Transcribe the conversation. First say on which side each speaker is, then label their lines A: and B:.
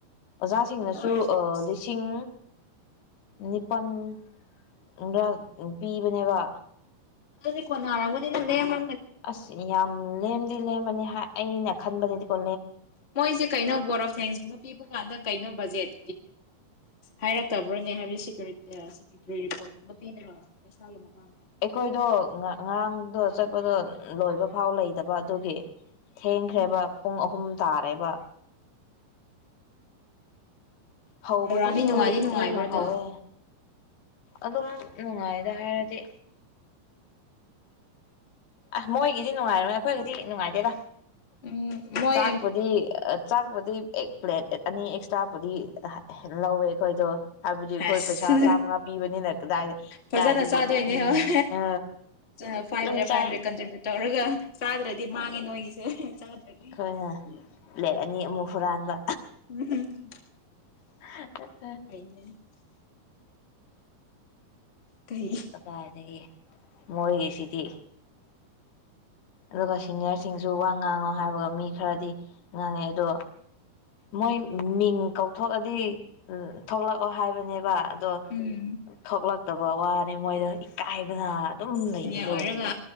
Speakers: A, on the left; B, on the left.
A: ꯑꯣꯖꯥꯁꯤꯡꯅꯁꯨ
B: ꯑꯗꯨ ꯑꯣꯏꯔꯁꯨ ꯑꯁ
A: ꯂꯤꯁꯤꯡ ꯅꯤꯄꯥꯜꯂ ꯄꯤꯕꯅꯦꯕ
B: ꯑꯗꯨꯗꯤ ꯀꯣꯟꯅꯔꯒꯅꯤꯗ ꯂꯦꯝ
A: ꯑꯁ ꯌꯥꯝ ꯂꯦꯝꯗꯤ ꯂꯦꯝ ꯑꯩꯅ ꯈꯟꯕꯗꯗꯤ ꯀꯣ
B: ꯃꯣꯏꯁꯦ ꯀꯩꯅꯣ ꯕꯣꯔ ꯑꯣꯐ ꯁꯦꯟꯁꯀꯨꯝꯕ ꯄꯤꯕ ꯀꯥꯟꯗ ꯀꯩꯅꯣ ꯕꯖꯦꯠ ꯍꯥꯏꯔꯛꯇꯕ꯭ꯔꯣꯅꯦ ꯍꯥꯏꯕꯗꯤꯦ ꯁꯦꯀꯌꯨꯇꯔꯤ ꯔꯤꯄꯣꯔꯠꯀꯨꯝꯕ ꯄꯤꯗꯕ ꯄꯩꯁꯥꯒꯤ ꯃꯇꯥꯡꯗ
A: ꯑꯩꯈꯣꯏꯗꯣ ꯉꯔꯥꯡꯗꯣ ꯆꯠꯄꯗꯣ ꯂꯣꯏꯕ ꯐꯥꯎ ꯂꯩꯗꯕ ꯑꯗꯨꯒꯤ ꯊꯦꯡꯈ꯭ꯔꯦꯕ
B: ꯎꯝ
A: ꯄꯨꯡ ꯑꯍꯨꯝ ꯇꯥꯔꯦꯕ ꯍꯧꯕꯗꯨꯨꯁꯨ
B: ꯄ꯭ꯔꯣꯒ꯭ꯔꯥꯝꯗꯤ ꯅꯨꯡꯉꯥꯏꯗꯤ ꯅꯨꯡꯉꯥꯏꯕ꯭ꯔꯣ
A: ꯊꯦꯡꯅ
B: ꯑꯗꯣ
A: ꯍꯧꯋ ꯑꯗꯨꯝ ꯅꯨꯡꯉꯥꯏꯗ ꯍꯥꯏꯔꯗꯤ ꯑ ꯃꯣꯏꯒꯤꯗꯤ ꯅꯨꯡꯉꯥꯏꯔꯅꯦ ꯑꯩꯈꯣꯏꯒꯤꯗꯤ ꯅꯨꯡꯉꯥꯏꯗꯦꯔꯥ
B: ꯎꯝ ꯃꯣꯏ
A: ꯆꯥꯛꯄꯗꯤ ꯑ ꯆꯥꯛꯄꯗꯤ ꯑꯦ ꯄ꯭ꯂꯦꯠ ꯑꯅꯤ ꯑꯦꯛꯁꯇ꯭ꯔꯥꯕꯨꯨꯗꯤ ꯂꯧꯋꯦ ꯑꯩꯈꯣꯏꯗꯣ ꯍꯥꯏꯕꯗꯤ ꯑꯩꯈꯣꯏ
B: ꯑꯁ
A: ꯄꯩꯁꯥ ꯆꯥꯝꯃꯉꯥ ꯄꯤꯕꯅꯤꯅ ꯀꯗꯥꯏꯗ
B: ꯐꯖꯅ
A: ꯀꯥꯏꯗꯒꯤ
B: ꯆꯥꯗꯣꯏꯅꯦ
A: ꯎꯝ
B: ꯍꯣꯏ
A: ꯎ
B: ꯐꯥꯏꯚ
A: ꯑꯗꯨꯝ
B: ꯍꯟꯗ꯭ꯔꯦꯠ
A: ꯆꯥꯏ
B: ꯐꯥꯏꯚ ꯍꯟꯗ꯭ꯔꯦꯠ ꯀꯟꯇ꯭ꯔꯤꯕ꯭ꯌꯨꯠ ꯇꯧꯔꯒ ꯆꯥꯗ꯭ꯔꯗꯤ ꯃꯥꯡꯉꯦ ꯅꯣꯏꯒꯤꯁꯦ ꯆꯥꯗ꯭ꯔꯗꯤ
A: ꯈꯣꯏ ꯍꯥꯏ ꯄ꯭ꯂꯦꯠ ꯑꯅꯤ ꯑꯃꯨꯛ ꯍꯨꯔꯥꯟꯕ
B: ꯎꯝ
A: <unintelligible>
B: <unintelligible> ꯀꯩ
A: ꯀꯗꯥꯏꯗꯒꯤ ꯃꯣꯏꯒꯤꯁꯤꯗꯤ ꯑꯗꯨꯒ ꯁꯤꯅꯤꯌꯥꯔꯁꯤꯡꯁꯨ ꯋꯥꯡ ꯉꯥꯡꯉꯣ ꯍꯥꯏꯕꯒ ꯃꯤ ꯈꯔꯗꯤ ꯉꯥꯡꯉꯦ ꯑꯗꯣ ꯃꯣꯏ ꯃꯤꯡ ꯀꯧꯊꯣꯛꯑꯗꯤ ꯊꯣꯛꯂꯛꯑꯣ ꯍꯥꯏꯕꯅꯦꯕ ꯑꯗꯨ
B: ꯎꯝ
A: ꯊꯣꯛꯂꯛ ꯐꯠꯇꯕ ꯋꯥꯅꯤ ꯃꯣꯏꯗ ꯏꯀꯥꯏ ꯑꯥ ꯑꯗꯨꯝ ꯂꯩꯕꯗꯣ
B: ꯁꯤꯅꯤꯌꯔ ꯑꯣꯏꯔꯒ